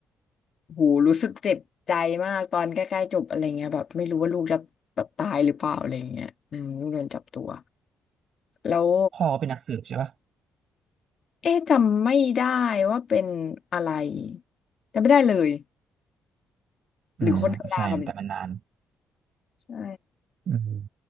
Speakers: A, on the left; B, on the right.
A: หูรู้สึกเจ็บใจมากตอนใกล้ๆจบอะไรเงี้ยแบบไม่รู้ว่าลูกจะแบบตายหรือเปล่าอะไรเงี้ยอืมลูกโดนจับตัวแล้ว
B: พ่อเป็นนักสืบใช่ปะ
A: เอ๊ะจำไม่ได้ว่าเป็นอะไรจำไม่ได้เลย
B: อ่าใช่แต่มันนาน
A: หรือคนธรรมดากันไใช่
B: อืม